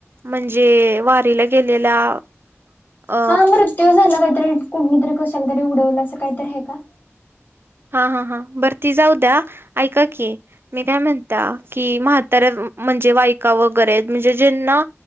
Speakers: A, on the right (about 50°); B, on the left (about 40°).
A: म्हणजे वारीला गेलेल्या अ
B: हा मृत्यू झाला काहीतरी कुणीतरी कशानतरी उडवलं असं काहीतरी आहे का?
A: हा हा हा बरती जाऊ द्या ऐका की मी काय म्हणता की माहं तर म्हणजे वायका वगैरे म्हणजे ज्यांना